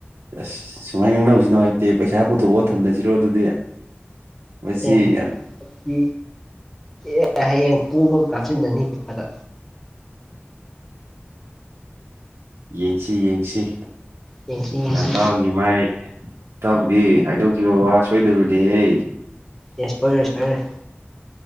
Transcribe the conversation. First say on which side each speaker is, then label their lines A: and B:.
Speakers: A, on the right (about 85°); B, in the centre.
A: ꯑꯥꯁ ꯁꯨꯃꯥꯏꯅ ꯉꯥꯡꯅꯕꯁꯤꯅꯣ ꯍꯥꯏꯇꯦ ꯄꯩꯁꯥ ꯄꯨꯊꯣꯛꯑꯣ ꯊꯝꯊꯁꯤꯔꯣ ꯑꯗꯨꯗꯤ ꯃꯁꯤ
B: ꯑꯦ
A: ꯌꯥꯝ
B: <unintelligible> ꯑꯦ ꯍꯌꯦꯡ ꯀ‌ꯦꯕ ꯀꯥꯞꯁꯤꯟꯗꯅꯤꯗ
A: ꯌꯦꯡꯁꯤ ꯌꯦꯡꯁꯤꯇꯥꯎꯒꯤ
B: ꯌꯦꯡꯁꯤ ꯌꯦꯡꯁꯤ
A: ꯃꯥꯏ ꯏꯇꯥꯎꯗꯤ ꯍꯥꯏꯗꯣꯛꯈꯤꯕ ꯋꯥ ꯁꯣꯏꯗꯕꯅꯦ ꯑꯩ
B: ꯌꯥꯁꯄꯔꯁꯄꯦ